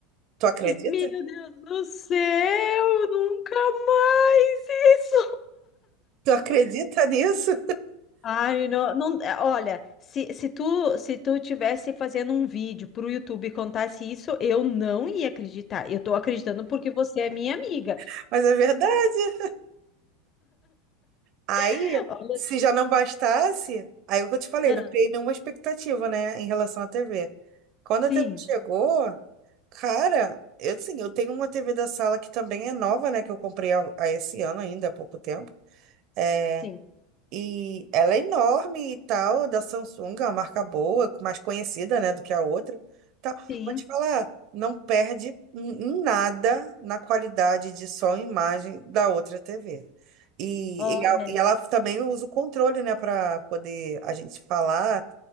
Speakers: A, on the right; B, on the left.
A: Tu acredita?
B: Meu Deus do céu, nunca mais isso.
A: Tu acredita nisso?
B: Ai, não, não, é, olha, se, se tu se tu tivesse fazendo um vídeo pro YouTube e contasse isso, eu não ia acreditar. Eu tô acreditando porque você é minha amiga.
A: <laughs> Mas é verdade. Aí,
B: <laughs> Olha,
A: se
B: assim,
A: já não bastasse, aí é o que eu te falei,
B: ah,
A: não criei nenhuma expectativa, né, em relação à TV. Quando
B: sim,
A: a TV chegou, cara, eu sim eu tenho uma TV da sala que também é nova, né, que eu comprei há, há esse ano ainda, há pouco tempo. É,
B: sim,
A: e ela é enorme e tal, da Samsung, é uma marca boa, mais conhecida, né, do que a outra. Tal.
B: sim.
A: Vou te falar, não perde em em nada na qualidade de som e imagem da outra TV. E,
B: Olha.
A: e, a- e ela também usa o controle, né, para poder a gente falar,